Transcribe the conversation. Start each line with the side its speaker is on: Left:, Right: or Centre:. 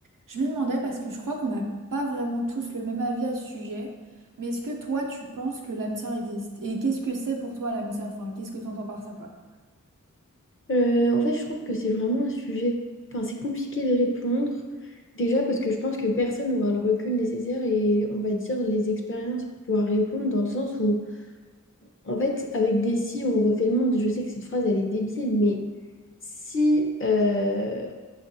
Right: Je me demandais parce que je crois qu'on n'a pas vraiment tous le même avis à ce sujet, mais est-ce que toi tu penses que l'âme sœur existe? Et qu'est-ce que c'est pour toi l'âme sœur? Enfin, qu'est-ce que tu entends par ça, quoi?
Left: Euh, en fait, je trouve que c'est vraiment un sujet, enfin, c'est compliqué de répondre. Déjà parce que je pense que personne n'aura le recul nécessaire et on va dire les expériences pour pouvoir répondre dans le sens où, en fait, avec des si, on refait le monde. Je sais que cette phrase, elle est débile, mais si, euh,